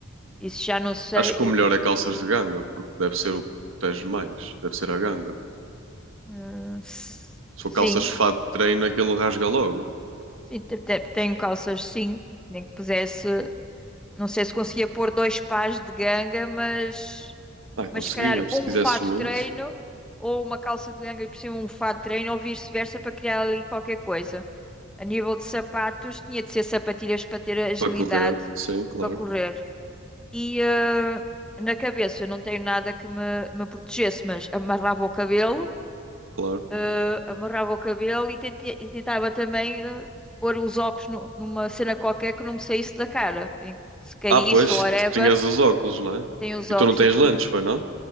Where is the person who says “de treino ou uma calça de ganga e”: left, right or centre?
Centre